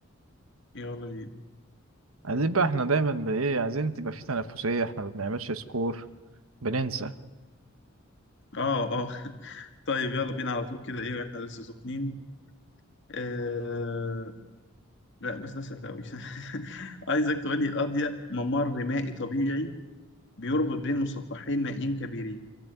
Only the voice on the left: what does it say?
يلا بينا
آه آه <laughs> طيب يلا بينا على طول كده إيه إحنا لسه سخنين آه... لا بس ده سهل أوي <laughs> عايزك تقول لي أضيق ممر مائي طبيعي بيربط بين مسطحين مائيين كبيرين